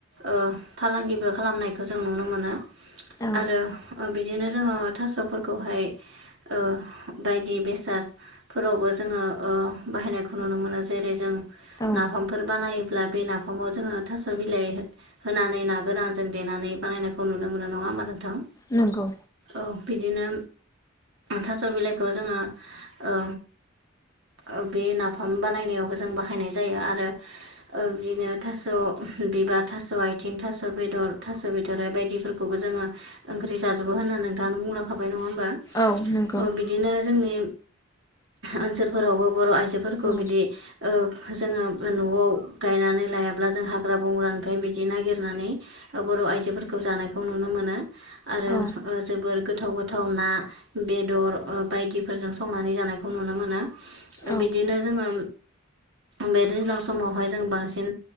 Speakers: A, on the right; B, on the left.
A: ओ फालांगिबो खालामनायखो जों नुनो मोनो।
B: औ
A: आरो बिदिनो जोङो थास'फोरखौहाय ओ बायदि बेसाद फोरावबो जोङो ओ बाहायनायखौ नुनो मोनो जेरै जों
B: औ
A: नाफामफोर बानायो ब्ला बे नाफामाव जोङो थास' बिलाइ होनानै ना गोरानजों देनानै बानायनायखौ नुनो मोनो। नङा होमबा नोंथां?
B: नोंगौ।
A: औ बिदिनो थास' बिलाइखौ जोङो ओ ओ बे नाफाम बानायनायावबो जों बाहायनाय जायो आरो ओ बिदिनो थास' बिबार थास' आइथिं थास' बेदर थास' बिथ'राइ बायदिफोरखौबो जोङो ओंख्रि जाजोबो होनना नोंथाङानो बुंलांखाबाय नङा होमबा
B: औ नंगौ
A: ओ बिदिनो जोंनि ओनसोलफोरावबो बर' आइजोफोरखौ
B: औ
A: बिदि ओ जोङो न'आव गायनानै लायाब्ला जों हाग्रा बंग्रानिफ्राय बिदि नागिरनानै बर' आइजोफोरखौ जानायखौ नुनो मोनो आरो
B: औ
A: जोबोर गोथाव गो थाव ना, बेदर ओ बायदिफोरजों संनानै जानायखौ नुनो मोनो।
B: औ
A: बिदिनो जोङो बे दैज्लां समावहाय जों बांसिन